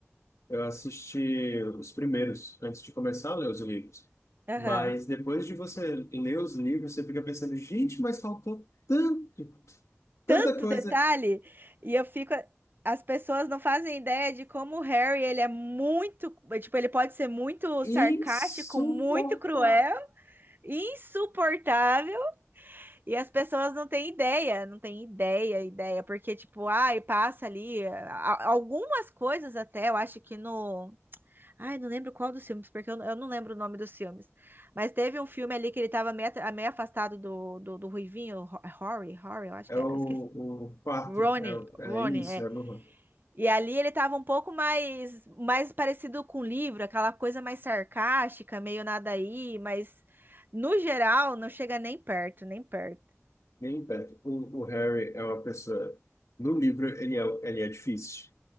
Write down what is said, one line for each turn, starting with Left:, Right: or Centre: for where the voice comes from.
Left: Eu assisti os primeiros, antes de começar a ler os livros.
Right: aham.
Left: Mas depois de você ler os livros, você fica pensando, gente, mas faltou tanto, tanta
Right: tanto
Left: coisa
Right: detalhe e eu fico. As pessoas não fazem ideia de como o Harry, ele é muito, tipo, ele pode ser muito
Left: insuportável.
Right: sarcástico, muito cruel, insuportável, e as pessoas não têm ideia, não têm ideia, ideia, porque tipo, ai, passa ali a- algumas coisas até, eu acho que no, ai, não lembro qual dos filmes, porque eu, eu não lembro o nome dos filmes, mas teve um filme ali que ele tava meio, at- meio afastado do, do, do Ruivinho, Ho- Rory, Rory, eu acho
Left: É
Right: que
Left: o,
Right: era, eu
Left: o quarto,
Right: Ronnie,
Left: é, o- é
Right: Ronnie,
Left: isso,
Right: é.
Left: é o,
Right: E ali ele tava um pouco mais, mais parecido com o livro, aquela coisa mais sarcástica, meio nada aí, mas no geral não chega nem perto, nem perto.
Left: nem perto. O, o Harry é uma pessoa. No livro, ele é, ele é difícil.